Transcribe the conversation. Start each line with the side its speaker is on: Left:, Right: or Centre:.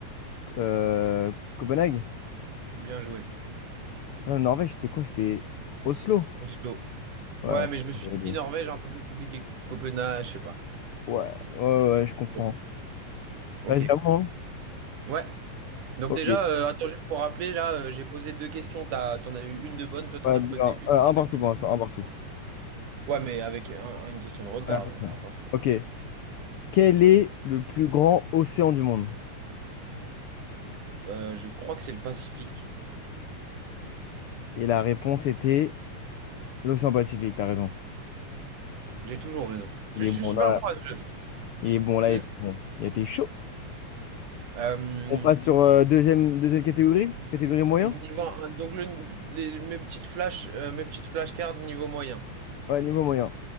Left: euh, Copenhague?
Right: Bien joué.
Left: Non, Norvège, c'était quoi? C'était Oslo?
Right: Oslo.
Left: Ouais.
Right: Ouais, mais je me suis
Left: Ouais,
Right: dit Norvège un peu plus compliqué que Copenhague, je sais pas.
Left: ouais, ouais, ouais, je comprends.
Right: Bon, Ok.
Left: Vas-y, à moi, hein.
Right: Ouais. Donc
Left: Ok.
Right: déjà, euh, attends, juste pour rappeler, là, euh, j'ai posé deux questions. T'as, t'en as eu une de bonne, toi t'en
Left: Ouais,
Right: as
Left: non,
Right: posé une.
Left: euh,
Right: j'en
Left: un
Right: ai
Left: partout
Right: eu une
Left: pour
Right: de-
Left: l'instant, un partout.
Right: Ouais, mais avec un- une question de retard.
Left: Ouais, c'est
Right: donc,
Left: ça.
Right: attends.
Left: Ok. Quel est le plus grand océan du monde?
Right: Euh, je crois que c'est le Pacifique.
Left: Et la réponse était l'océan Pacifique, t'as raison.
Right: J'ai toujours raison.
Left: Il
Right: Je,
Left: est
Right: je
Left: bon,
Right: suis super
Left: là.
Right: bon à ce jeu.
Left: Il est bon, là,
Right: Hmm.
Left: il était bon. Il était chaud.
Right: Euh,
Left: On passe sur euh, deuxième, deuxième catégorie? Catégorie moyen?
Right: Niveau un, donc le, les- mes petites flash euh, mes petites flashcards niveau moyen.
Left: Ouais, niveau moyen.